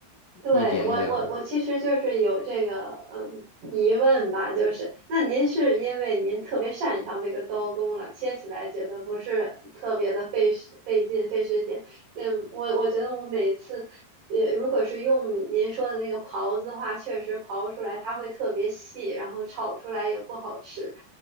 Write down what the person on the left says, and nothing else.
一点一点啊，